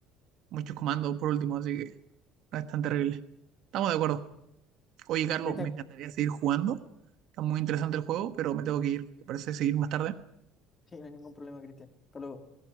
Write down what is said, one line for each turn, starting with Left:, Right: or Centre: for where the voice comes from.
Right: muchos comandos por último, así que no es tan terrible. Estamos de acuerdo. Oye, Carlos,
Left: Cristian,
Right: me encantaría seguir jugando. Está muy interesante el juego, pero me tengo que ir. ¿Te parece seguir más tarde?
Left: sí, no hay ningún problema, Cristian. Hasta luego.